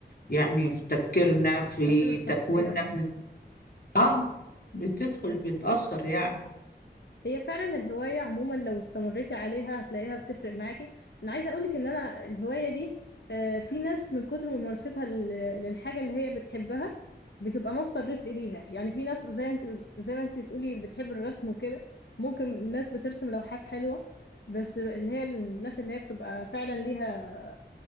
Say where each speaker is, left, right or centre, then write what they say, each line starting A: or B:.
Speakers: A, on the left; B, on the left.
A: يعني في تفكيرنا في
B: ده أنا الشخصية
A: تكويننا
B: يعني.
A: اه بتدخل
B: مم.
A: بتأثر يعني
B: هي فعلا الهواية عموما لو استمريتي عليها هتلاقيها بتفرق معاكي انا عايزة اقولك ان انا الهواية دي آه، في ناس من كتر ممارستها لل- للحاجة اللي هي بتحبها بتبقى مصدر رزق ليها يعني في ناس زي انت زي ما انت تقولي بتحب الرسم وكده ممكن ناس بترسم لوحات حلوة بس اللي هي الناس اللي هي بتبقى فعلا ليها